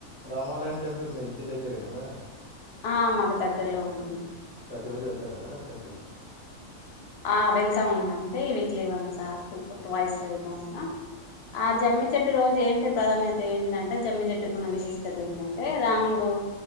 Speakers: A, in the centre; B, on the left (about 60°).
A: రామాలయం టెంపుల్ మీ ఇంటి దగ్గరేనా మేడం
B: ఆ మాకు దగ్గర్లో ఉంటుంది
A: ప్రతిరోజు వెళ్తారా మేడం టెంపుల్ కు
B: ఆ వెళ్తా ఉంటాం అంటే ఈ వీక్లీ వన్ ట్వైస్ వెళ్తూ ఉంటాం ఆ జమ్మి చెట్టు రోజు ఏంటి ప్రధాన్యత ఏంటంటే జమ్మి చెట్టుకున్న విశిష్టత ఏంటంటే రాముడు